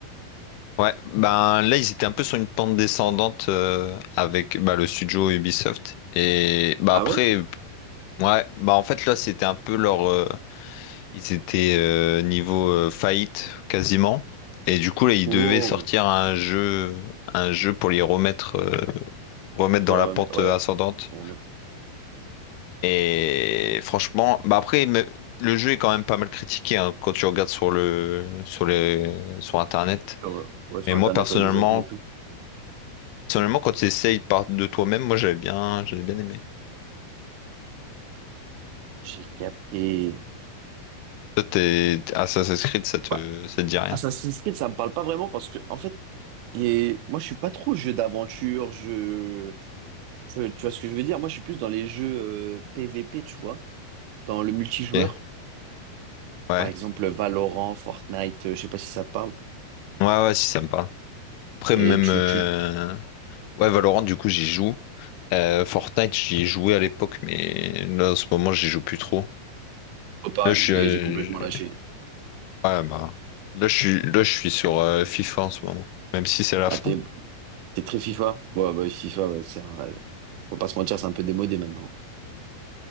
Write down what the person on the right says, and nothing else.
Ah
ouais?
Wow!
Pour
la remettre,
ouais,
pour remettre
sur, ouais, sur
Internet,
ouais, les avis et tout.
J'ai capté.
Bah,
Assassin's Creed, ça me parle pas vraiment parce que, en fait, et moi, je suis pas trop jeu d'aventure, jeu... Tu, tu vois ce que je veux dire? Moi, je suis plus dans les jeux euh, PVP, tu vois, dans le multijoueur.
Par exemple, Valorant, Fortnite, euh, je sais pas si ça te parle.
Et
tu...
tu...
Oh, pareil,
j'ai
j'ai complètement
lâché.
Ah,
t'es t'es très FIFA? Ouais, bah, FIFA, ouais, c'est un... Faut pas se mentir, c'est un peu démodé maintenant.